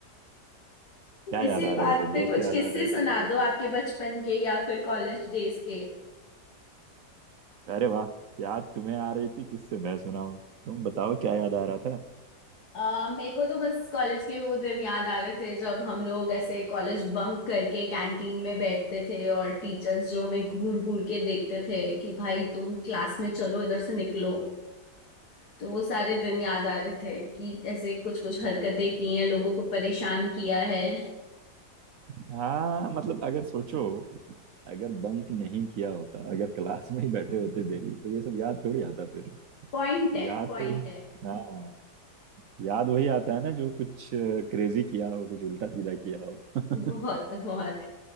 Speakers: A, on the right (about 65°); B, on the left (about 65°).
A: क्या
B: इसी
A: याद आ
B: बात
A: रहा था फिर
B: पे
A: दोस्त
B: कुछ
A: याद
B: किस्से
A: आ रहे
B: सुना
A: थे यार
B: दो आपके बचपन के या फिर कॉलेज डेज के
A: अरे वाह याद तुम्हें आ रही थी किससे मैं सुनाऊं तुम बताओ क्या याद आ रहा
B: आ, मेरे को तो बस कॉलेज के वो दिन याद आ रहे थे जब हम लोग ऐसे कॉलेज बंक करके कैंटीन में बैठते थे और टीचर्स जो हमें घूर घूर के देखते थे कि भाई तुम क्लास में चलो इधर से निकलो तो वो सारे दिन याद आ रहे थे कि ऐसे कुछ कुछ हरकतें
A: था
B: की हैं लोगों को परेशान किया है
A: हाँ मतलब अगर सोचो अगर बंक नहीं किया होता अगर क्लास में ही बैठे होते डेली तो ये सब याद थोड़ी आता फिर
B: पॉइंट है
A: याद
B: पॉइंट
A: तो
B: है
A: हाँ याद वही आता है ना जो कुछ क्रेजी किया हो कुछ उल्टा सीधा किया हो <laughs>
B: बहुत बहुत